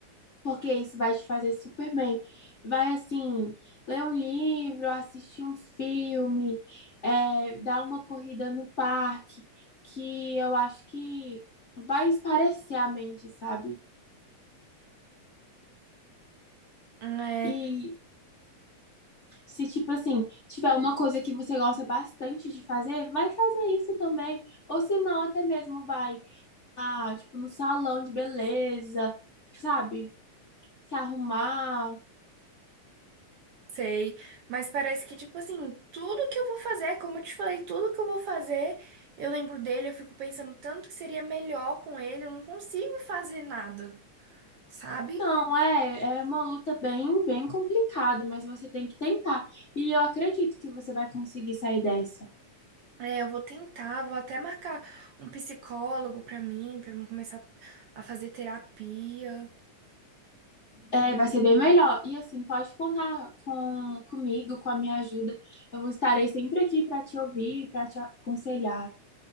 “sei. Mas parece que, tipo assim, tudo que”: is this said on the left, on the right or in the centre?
Right